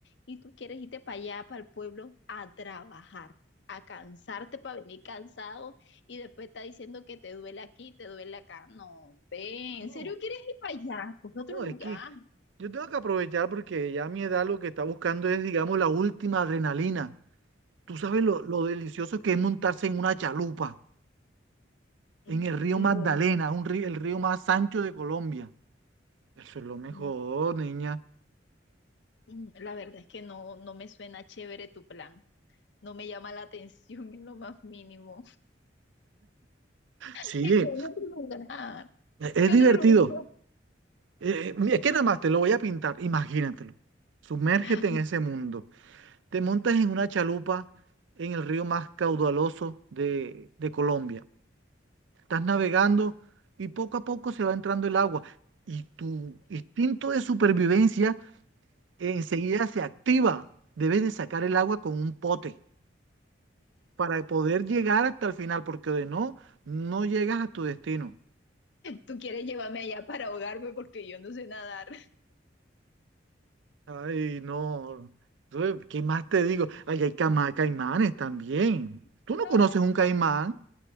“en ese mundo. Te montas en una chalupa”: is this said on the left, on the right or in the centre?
Right